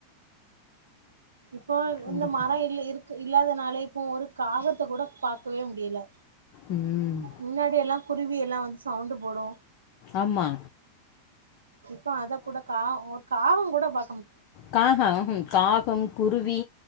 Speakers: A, on the right; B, on the left.
A: இப்போ
B: கண்டிப்பா.
A: இந்த மரோ இல்ல இருக்கு இல்லாதனால இப்போ ஒரு காகத்த கூட பாக்கவே முடியல
B: ம்
A: முன்னாடி எல்லா குருவி எல்லா வந்து சவுண்ட் போடு
B: ஆமா
A: இப்போ அத கூட கா ஒரு காகோ கூட பா
B: காஹ உஹும் காகம் குருவி